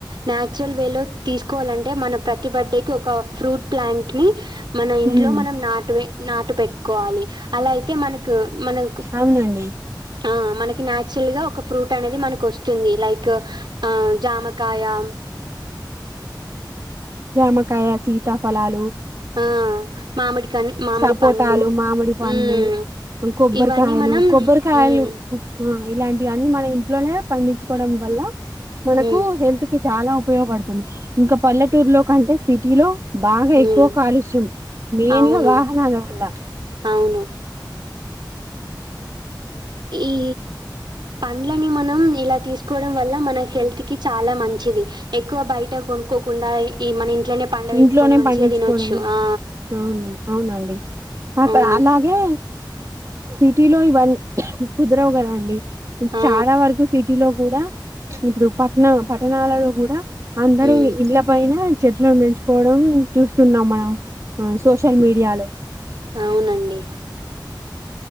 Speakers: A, on the right; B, on the right.
A: నాచురల్ వే లో తీసుకోవాలంటే మన ప్రతి బర్డే కి ఒక ఫ్రూట్ ప్లాంట్ నీ ఒకటిని మన ఇంట్లో
B: హ్మ్.
A: మనం నాటువే నాటు పెట్టుకోవాలి అలా పెట్టు అయితే మనకు మనక్
B: అవునండి
A: ఆ మన నాచురల్ గా ఒక ఫ్రూట్ అనేది మనకు వస్తుంది లైక్ ఆ జామకాయా
B: జమకాయ సీతాఫలాలు
A: ఉమ్ మామిడి కన్ మామిడి
B: సపోటాలు
A: పండ్లు
B: మామిడి పండ్లు
A: ఉమ్
B: కొబ్బరికాయలు
A: ఇవన్నీ మనం
B: కొబ్బరికాయలు
A: ఉమ్
B: ఇలాంటివన్ని మన ఇంట్లోనే పండించుకోవడం వల్ల మనకు
A: ఉమ్
B: హెల్త్కి చాలా ఉపయోగపడుతుంది ఇంకా పల్లెటూరు లో కంటే సిటీలో బాగా ఎక్కువ
A: ఉమ్
B: కా కాలుష్యం మెయిన్
A: అవును
B: గా వాహనాల వల్ల
A: అవును ఈ పండ్లని మనం ఇలా తీసుకోవడం వల్ల మన హెల్త్ కి చాలా మంచిది ఎక్కువ బయట కొనుక్కోకుండా ఈ మన ఇంట్లోనే పండబెట్టుకొని
B: ఇంట్లోనే
A: మంచిగా
B: పండించుకోవడం
A: తినొచ్చు ఆ
B: అవును అవునండి అక్కడ
A: అవును
B: అలాగే సిటీలో ఇవన్నీ కుదరవు కదండి
A: ఆ
B: చాలా వరకు సిటీలో కూడా ఇప్పుడు పట్టణ పట్టణాలలో కూడా అందరు
A: ఉమ్
B: ఇళ్ల పైన చెట్లలను మంచి కోవడం చూస్తున్నాం మనం సోషల్ మీడియాలో
A: అవునండి